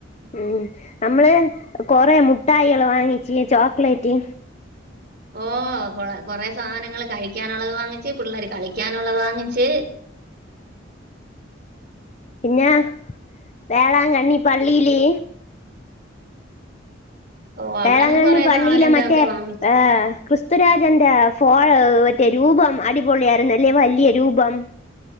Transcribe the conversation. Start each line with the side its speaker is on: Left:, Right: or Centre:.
Left: ഉംഹ് നമ്മള് കൊറെ മുട്ടായള് വാങ്ങിച്ച് ചോക്ലേറ്റ്
Right: ഓ കൊ കൊറെ സാധനങ്ങള് കഴിക്കാനുള്ളത് വാങ്ങിച്ച് പിള്ളേര് കളിക്കാനുള്ളത് വാങ്ങിച്ച്
Left: പിന്നേ വേളാങ്കണ്ണി പള്ളീല്
Right: ഓ അവിടെന്നും
Left: വേളാങ്ങണ്ണി
Right: കൊറേ
Left: പള്ളീല്
Right: സാധനം എന്തൊക്കെ
Left: മറ്റേ ഏ കൃസ്
Right: വാങ്ങിച്ചു
Left: ക്രിസ്തു രാജന്റെ ഫോ യ് മറ്റേ രൂപം അടിപൊളിയായിരുന്നല്ലേ വല്യരൂപം